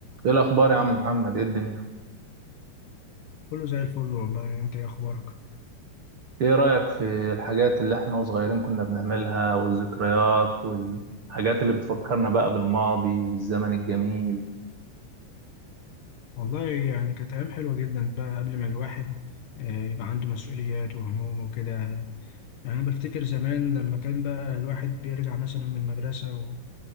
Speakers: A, on the right; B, on the left.
A: ايه الاخبار يا عم محمد ايه الدنيا
B: كله زي الفل والله انت ايه اخبارك
A: ايه رايك في الحاجات اللي احنا وصغيرين كنا بنعملها والذكريات والحاجات اللي بتفكرنا بقى بالماضي والزمن الجميل
B: والله يعني كانت ايام حلوه جدا بقى قبل ما الواحد آه، يبقى عنده مسؤوليات وهموم وكده يعني انا بفتكر زمان لما كان بقى الواحد بيرجع مثلا من المدرسه و-